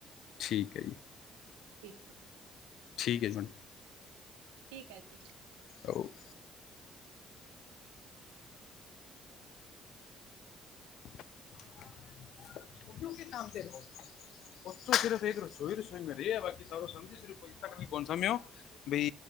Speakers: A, on the left; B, on the right.
A: ਠੀਕ ਹੈ ਜੀ।
B: ਠੀਕ ਹੈ,
A: ਠੀਕ ਹੈ ਜੀ ਮੈਡਮ
B: ਠੀਕ ਆ ਜੀ।
A: ਆੋ <inaudible> ਕਿਓ ਕਿ ਕਾਮ ਪੇ ਹੋ? ਔਥੋ ਸਿਰਫ ਇੱਕ, ਰਸੋਈ -ਰਸੋਈ ਮਿਲ ਰਹੀ ਆ ਬਾਕੀ ਸਭ ਸਝ <unintelligible> ਬਈ-